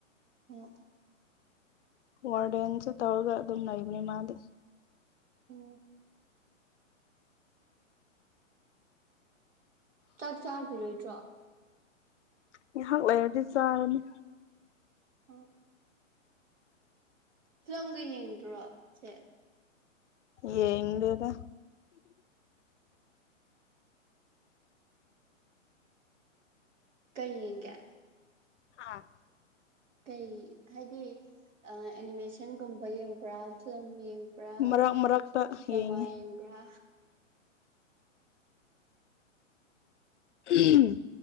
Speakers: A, on the right; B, on the left.
A: ꯑꯣ
B: ꯋꯥꯔꯦꯟꯟꯁ ꯇꯧꯒ ꯑꯗꯨꯅꯏ ꯃꯤꯅꯤ ꯃꯥꯗꯤ
A: ꯎꯝ ꯆꯥꯛ ꯆꯥꯕꯤꯔꯣꯏꯗ꯭ꯔꯣ
B: ꯉꯥꯏꯍꯥꯛ ꯂꯩꯔꯗꯤ ꯆꯥꯔꯅꯤ
A: ꯑꯣ ꯐꯤꯂꯝꯒ ꯌꯦꯡꯗ꯭ꯔꯣ ꯁꯦ
B: ꯌꯦꯗ
A: ꯀꯩ ꯌꯦꯒ
B: ꯍꯥꯥ
A: ꯀꯩ ꯍꯥꯏꯗꯤ ꯑꯦꯅꯤꯃꯦꯁꯟꯒꯨꯝꯕ ꯌꯦꯡꯕ꯭ꯔꯥ ꯐꯤꯂꯝ ꯌꯦꯡ ꯭ꯔꯥ
B: ꯃꯔꯛ ꯃꯔꯛꯇ
A: ꯗ꯭ꯔꯃꯥ
B: ꯌꯦꯡꯉꯤ
A: ꯌꯦꯡꯕ꯭ꯔꯥ
B: ꯎꯝ